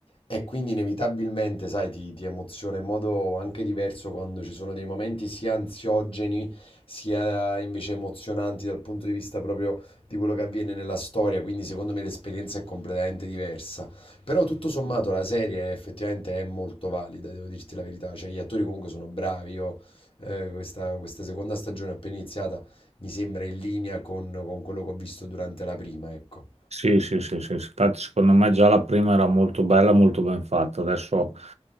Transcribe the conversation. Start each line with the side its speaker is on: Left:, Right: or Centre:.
Left: e quindi inevitabilmente, sai, ti, ti emoziona in modo anche diverso quando ci sono dei momenti sia ansiogeni sia invece emozionanti dal punto di vista proprio di quello che avviene nella storia, quindi secondo me l'esperienza è completamente diversa. Però tutto sommato la serie effettivamente è molto valida, devo dirti la verità, cioè gli attori comunque sono bravi, io eh, questa, questa seconda stagione appena iniziata Mi sembra in linea con, con quello che ho visto durante la prima, ecco.
Right: Sì, sì, sì, sì, sì. Infatti, secondo me già la prima era molto bella, molto ben fatta. Adesso